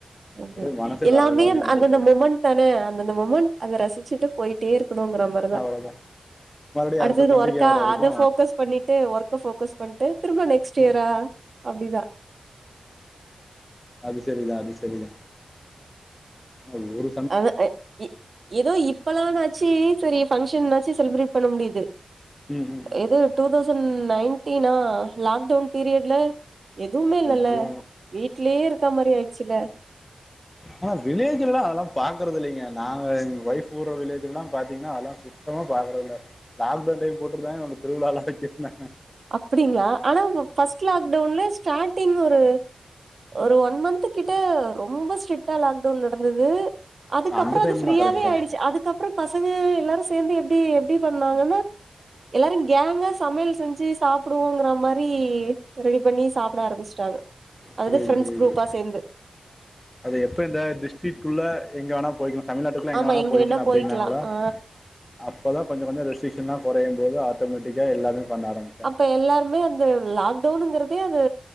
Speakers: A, on the right (about 55°); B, on the left (about 20°).
A: ஆமா
B: அப்படியே மனசே
A: எல்லாமே
B: வேற லெவல் மாத்தி
A: அந்தந்த
B: விட்ரும்
A: மொமெண்ட் தானே அந்தந்த மொமெண்ட் அத ரசிச்சு ட்டு போயிட்டே இருக்கணுங்கிற மாரிதா
B: அவ்ளோதா மறுபடியு
A: அடுத்தது
B: அடுத்த பண்டிகை
A: ஒர்கா
B: வர வரைக்கு
A: அத போக்கஸ் பண்ணிட்டு ஒர்க்க போக்கஸ் பண்ட்டு திரும்ப நெக்ஸ்ட் இயரா
B: ம்
A: அப்படிதா
B: அது செரிதா அது செரிதா அ ஊரு
A: அத இ ஏதோ இப்பல்லாம்னாச்சு சரி பங்க்ஷன்னாச்சு செலிப்ரேட் பண்ண முடியுது
B: ம் ம்
A: எதோ டூ தௌசண்ட் நைன்டீனா லாக்டவுன் பீரியட்ல எதும்மே இல்லல்ல
B: ஐயோ
A: வீட்லயே இருக்க மாரி ஆயிடுச்சுல
B: ஆனா வில்லேஜ்ல்லலா அல்லா பாக்கறது இல்லைங்க நாங்க எங்க ஒய்ஃப் கூட வில்லேஜ்ல்ல தா பாத்தீங்ன்னா அல்லா சு த்தமா பாக்குறல்ல லாக்டவுன் டைம் போட்டு தா என்னோட திருவிழால்லா <unintelligible>
A: அப்டிங்ளா ஆனா ஃபர்ஸ்ட் லாக்டவுன்ல ஸ்டார்டிங் ஒரு ஒரு ஒன் மந்த்து கிட்ட ரொம்ப ஸ்ட்ரிட்டா லாக்டவுன் நடந்துது அதுக்கப்றோ
B: அந்த டைம்லா
A: அது ஃப்ரீயாவே
B: கரெக்ட் தா
A: ஆயிடுச்சி அதுக்கப்றோ பசங்க எல்லாரு சேந்து எப்டி எப்டி பண்ணாங்கன்னா எல்லாரு கேங்கா சமையல் செஞ்சு சாப்புடுவோங்கறா மாரி ரெடி பண்ணி சாப்ட ஆரம்பிச்ட்டாங்க அது
B: புரியுது
A: ஃப்ரெண்ட்ஸ்
B: புரியுது
A: குரூப்பா சேந்து
B: அது எப்ப இந்த டிஸ்டிக்குள்ள எங்க வேணா போயிக்கலா தமிழ்நாட்டுக்குள்ள எங்க
A: ஆமா
B: வேணா போயிக்கலா அப்டின்னாங்களா
A: போய்க்கலா ஆ
B: அப்போ தா கொஞ்ச கொஞ்ச ரெஸ்டிக்ன்ஷலா கொறையும் போது ஆட்டோமேட்டிக்கா எல்லாமே பண்ண ஆ
A: அப்ப எல்லாருமே அந்த லாக்டவுனுங்கறதே அது